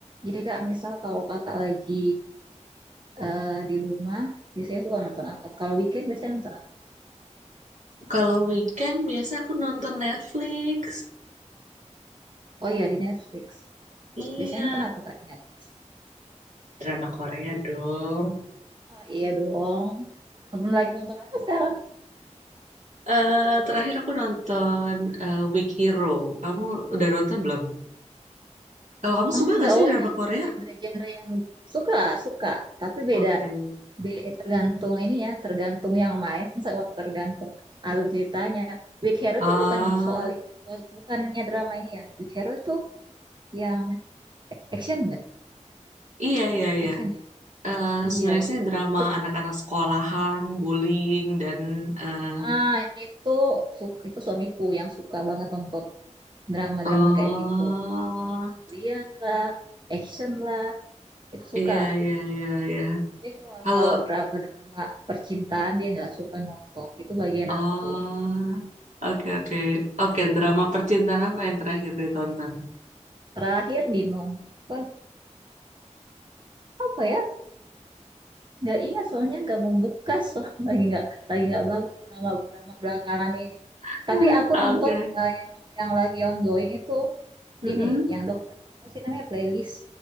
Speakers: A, on the right; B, on the right.
A: Jadi kak, misal kalau kakak lagi eh, di rumah, biasanya suka nonton apa? Kalau weekend biasanya nonton apa?
B: Kalau weekend biasa aku nonton Netflix.
A: Oh iya, di Netflix.
B: Iya,
A: Biasanya nonton apa kak di Netflix?
B: drama Korea dong.
A: Ah iya dong. Nonton lagi nonton apa sekarang?
B: Eh terakhir aku nonton eh, Weak Hero. Kamu udah nonton belum? Kalau kamu
A: Enggak,
B: suka gak sih
A: oh
B: drama
A: yang
B: Korea?
A: genre-genre yang suka, suka. Tapi beda,
B: Oke.
A: be- tergantung ini ya, tergantung yang main sama tergantung alur ceritanya. Big Hero
B: Ah,
A: itu bukan soal ini, bu- bukannya drama ini ya. Big Hero itu yang action nggak?
B: iya iya iya.
A: Action ya?
B: Eh
A: Iya,
B: sebenarnya
A: itu
B: sih drama
A: itu
B: anak-anak
A: paling
B: sekolahan, bullying dan eh
A: Ah, itu su- itu suamiku yang suka banget nonton drama-drama
B: eh,
A: kayak gitu, yang soal pembelian lah, action lah, itu suka.
B: iya iya iya iya.
A: Tapi soal
B: Halo
A: kalau drama-drama percintaan dia nggak suka nonton, itu bagian
B: Oh,
A: aku.
B: oke oke Oke, drama percintaan apa yang terakhir ditonton?
A: Terakhir di nonton apa ya? Nggak ingat soalnya nggak membekas soal <laughs> lagi nggak lagi nggak bagus drama-drama belakangan ini.
B: <laughs>
A: Tapi aku
B: Oke.
A: nonton eh, yang yang lagi ongoing itu
B: Mm-mm.
A: ini, yang dokter apa sih namanya playlist,